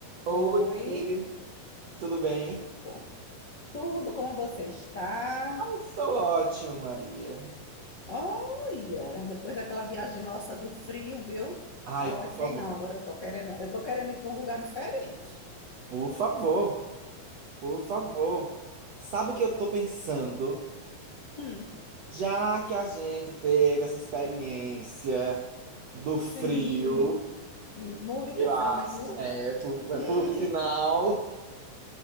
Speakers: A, on the right; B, on the left.
A: Oi,
B: Oi,
A: oi, tudo bem?
B: com tudo, como você está?
A: Ah, estou ótimo, Maria.
B: Olha, depois daquela viagem nossa do frio, viu?
A: Ai,
B: Ó,
A: por
B: sei
A: favor,
B: não, agora eu tô querendo, eu tô querendo ir para um lugar diferente.
A: por favor, por favor. Sabe o que eu tô pensando?
B: Hum,
A: Já que a gente teve essa experiência do frio,
B: sim, sim, muito
A: eu
B: frio.
A: acho, é, por,
B: <laughs>
A: é,
B: Hum,
A: por sinal,